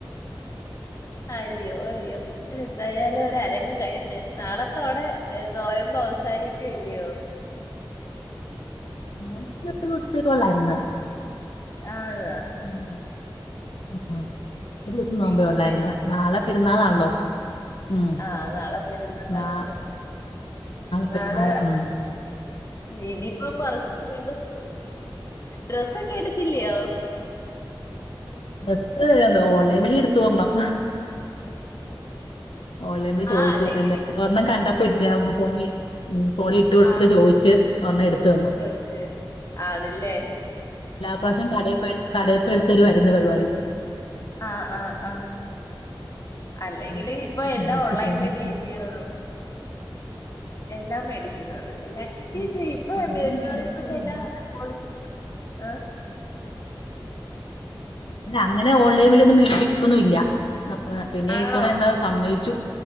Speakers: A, on the left; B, on the left.
A: അയ്യോ അയ്യോ എന്തായാലും ഒരരങ്ങി കഴി നാളത്തോടെ ഏ നോയമ്പ് അവസാനിക്കൂല്ലിയോ
B: നോമ്പ് ഒരുസത്തേക്ക് ഒള്ളായിരുന്ന
A: ആ തെ
B: ആ ആ ഒരുസം നോമ്പേ
A: ഇനിയിപ്പോ
B: ഒള്ളായിരുന്നു നാളെ പെരുന്നാളാണല്ലോ ഉം
A: ആ നാളെ പെരുന്നാളാണല്ലോ
B: നാ
A: നാളെ
B: പെരുന്നാള് ഉം
A: ഇനിയിപ്പം <unintelligible> വീണ്ടും ഡ്രസ്സെക്കെ എടുത്തില്ലയോ
B: ഡ്രസ് എന്ത് ഓൺലൈൻ വഴി എടുത്തൊരെണ്ണം ഓൺലൈൻ വഴി ചോദിച്ച്
A: ആഹ് അല്ലെങ്കില്
B: എന്താ ഒരെണ്ണം കണ്ടപ്പ ഫോണി മ്മ് ഫോണിലിട്ട് കൊടുത്ത്
A: ആഹ്
B: ചോദിച്ച് ഒരെണ്ണം എടുത്തു തന്നു
A: ചോദിച്ച് ആണില്ലേ
B: ഇപ്രാവശ്യം കടെ പോയി കടെ പോയി എടുത്തു തരുവാരുന്ന് പരിപാടി
A: ആ ആ ആ അല്ലെങ്കില്
B: ഓൺലൈനിൽ കണ്ടപ്പോ
A: ഇപ്പ എല്ലാം
B: ചോദിച്ചു
A: ഓൺലൈൻ
B: ഫോണിൽ
A: വഴി എല്ലയോ എല്ലാം മേടിക്കുന്നത് എല്ലാം കിട്ടു
B: അങ്ങനെ
A: ചെയ്യും ഇപ്പ
B: അങ്ങനെ
A: ഒരുമാതിരിപ്പെട്ട
B: മേടിപ്പിക്കൊന്നുമില്ല
A: എല്ലാ കോളേജ് ആ
B: അല്ല അങ്ങനെ ഓൺലൈൻ വഴിയൊന്നും മേടിപ്പിക്കുന്നല്ല പിന്നെ
A: ആണോ?
B: ഇത്തവണ എന്താ സമ്മയിച്ചു